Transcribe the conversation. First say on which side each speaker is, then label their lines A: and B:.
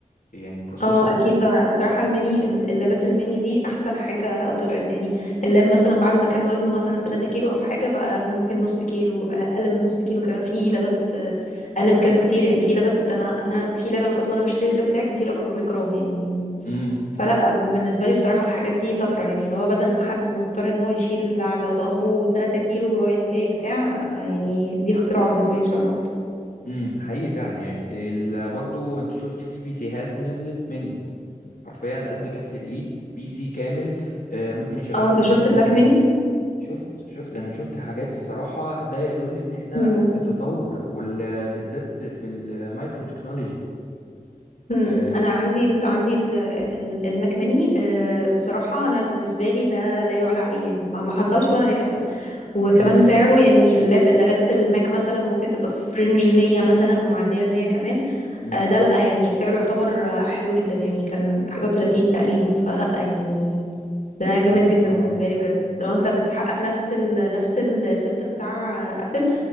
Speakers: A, on the left (about 80°); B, on the left (about 55°).
A: يعني البروسيسور
B: اه اكيد طبعا بصراحه الميني اللابات الميني دي احسن حاجه طلعت يعني اللاب مثلا بعد ما كان وزنه مثلا 3 كيلو او حاجه بقى ممكن نص كيلو اقل من نص كيلو كمان في لابات آه، اقل من كده بكتير يعني في لابات انا انا في لاب انا كنت وانا بشتري اللاب بتاعي كان في لاب 400 جرام يعني
A: امم
B: فلا بالنسبه لي بصراحه الحاجات دي طفره يعني اللي هو بدل ما حد مضطر ان هو يشيل على ظهره 3 كيلو رايح جاي بتاع آه، يعني دي اختراع بالنسبه لي بصراحه برضه
A: امم حقيقي فعلا يعني في- ال- برضو انت شفت في بي سيهات نزلت ميني حرفيا قد كف الايد بي سي كامل آه، ممكن يشغل
B: اه
A: لك
B: انت شفت
A: اللي انت
B: الماك
A: عايزاه شفت شفت انا شفت حاجات الصراحة ده يدل ان احنا
B: ميني
A: في تطور وبالذات في المايكرو تكنولوجي
B: امم
A: آه،
B: انا عندي ال... عندي ال... ال- المكمني آه، بصراحه انا بالنسبه لي ده لا يعلى عليه يعني ما حصلش ولا هيحصل وكمان
A: أم،
B: سعره يعني اللاب... اللابات الماك مثلا ممكن تبقى في فرنج 100 مثلا ومعديه ال 100 كمان
A: أم،
B: آه، ده لا يعني سعره يعتبر آه، حلو جدا يعني كان حاجه و30 تقريبا فلا يعني ده جامد
A: آه،
B: جدا
A: طبعا
B: بالنسبه لي بجد لو انت بتحقق نفس ال... نفس السيستم بتاع ابل